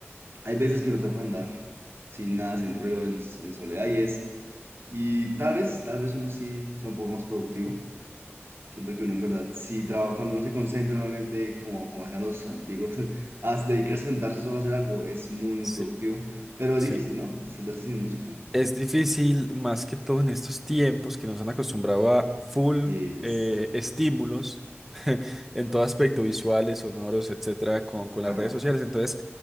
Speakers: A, on the right; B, in the centre.
A: hay veces que uno trata de andar sin nada, sin ruido, en, en soledad y es, y tal vez, tal vez uno sí sea un poco más productivo Siento que uno en verdad sí trabaja, cuando uno se concentra realmente, como, como hacían los antiguos, <laughs> a dedicarse
B: Sí.
A: a sentarse solo a hacer algo es muy, muy
B: Sí,
A: productivo, pero
B: sí.
A: es difícil, ¿no? Sentarse sin música.
B: Es difícil, más que todo en estos tiempos que nos han acostumbrado a full
A: Sí, sí,
B: eh,
A: sí.
B: estímulos <laughs> en todo aspecto, visuales, sonoros, etcétera, con, con las
A: Ah,
B: redes sociales. Entonces,